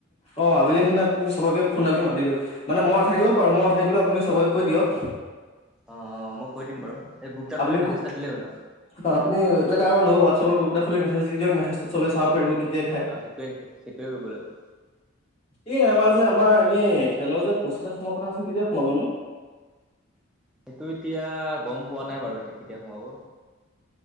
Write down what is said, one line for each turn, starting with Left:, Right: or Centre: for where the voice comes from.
Left: অ আবেলি মানে আপুনি চবকে ফোন এটা মাতি দিয়ক। মানে মই নাথাকিব পাৰোঁ মই নাথাকিলেও আপুনি চবকে কৈ দিয়ক।
Centre: অঁ মই কৈ দিম বাৰু এই গ্ৰুপ এটা
Left: আপুনি
Centre: খুলি মেছেজ এটা দিলেই হ'ল আৰু
Left: অ আপুনি এটা কাম কৰিব নহবা মাট চবকে গ্ৰুপ এটা খুলি মেছেজ দি দিয়ক, মেছেজটত চবে
Centre: অঁ
Left: চাব পৰিব কেতিয়া খায়।
Centre: অঁ সেইটোৱে সেইটোৱে কৰিব লাগিব।
Left: এই আমাৰ যে আমাৰ এনেই খেলৰ যে পইচা এটা সোমোৱাৰ কথা আছিল কেতিয়া খোমাব নো?
Centre: সেইটো এতিয়া গম পোৱা নাই বাৰু এতিয়া কেতিয়া সোমাব।